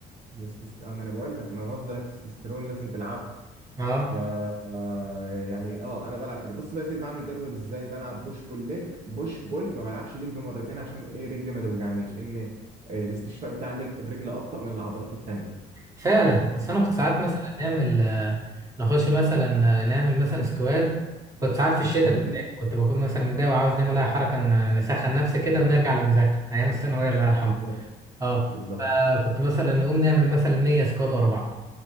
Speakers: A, on the right; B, on the right.
A: بس تست... انا أنا بقول لك ما مصدر التستوستيرون لازم تلعبها
B: اه
A: ف آه، يعني اه انا بلعب كده بص بقى يا سيدي بعمل جدول ازاي بلعب بوش بول ليج بوش بول ما بلعبش ليج مرتين عشان ايه رجلي ما توجعنيش لان آه، الاستشفاء بتاع الليج- الرجل ابطأ من العضلات التانيه
B: فعلا بس انا كنت ساعات مثلا نعمل آه، نخش مثلا آه، نعمل مثلا سكواد كنت ساعات في الشتاء
A: مم.
B: بالذات كنت بكون مثلا متضايق وعاوز نعمل اي حركة ن- نسخن نفسي كده ونرجع للمذاكرة ايام الثانوية الله يرحمها
A: بالظبط
B: اه
A: بالظبط
B: فكنت مثلا نقوم نعمل مثلا 100 سكواد ورا بعض